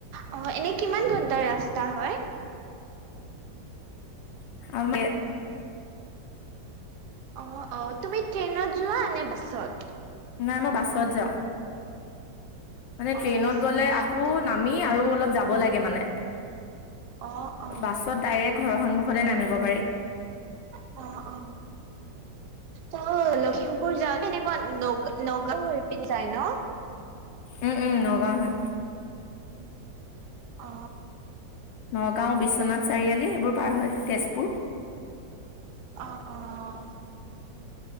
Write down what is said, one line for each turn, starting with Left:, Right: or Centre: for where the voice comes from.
Right: অ, এনে কিমান ঘণ্টাৰ ৰাস্তা হয়।
Left: <unintelligible>
Right: অ, অ, তুমি ট্ৰেইনত যোৱা নে বাছত।
Left: নাই মই বাছত যাওঁ মানে
Right: অ
Left: ট্ৰেইনত
Right: বাছত
Left: গ'লে আ আকৌ নামি আৰু অলপ যাব লাগে মানে
Right: অ অ
Left: বাছত ডাইৰেক্ট। ঘৰৰ সন্মুখতে নামিব পাৰি।
Right: অ, অ, ত' লখিমপুৰ যা কেনেকুৱা নগ নগাঁও হৈ পিনি যায় ন।
Left: উম, উম, নগাঁও হৈ।
Right: অ,
Left: নগাঁও বিশ্বনাথ চাৰিআলি এইবোৰ পাৰ হয় তেজপুৰ।
Right: অ, অ,